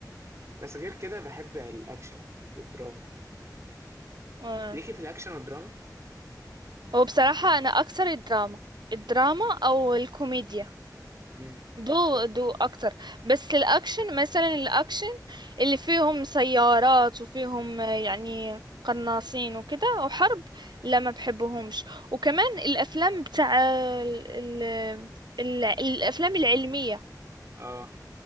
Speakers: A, on the right; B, on the right.
A: بس غير كده بحب الأكشن والدراما
B: امم
A: ليكي في الأكشن والدراما؟
B: هو بصراحة أنا أكثر الدراما الدراما أو الكوميديا
A: امم
B: دو دو أكتر بس الأكشن مثلا الأكشن اللي فيهم سيارات وفيهم آه، يعني قناصين وكده وحرب لا ما بحبهمش وكمان الأفلام بتاع ال... ال... ال... الأفلام العلمية
A: آه